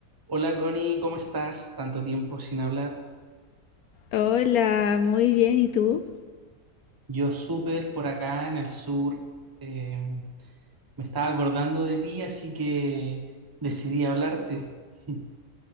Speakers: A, on the right; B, on the left.
A: Hola Connie, ¿cómo estás? Tanto tiempo sin hablar.
B: Hola, muy bien, ¿y tú?
A: Yo súper por acá en el sur. eh, me estaba acordando de ti, así que decidí hablarte. <laughs>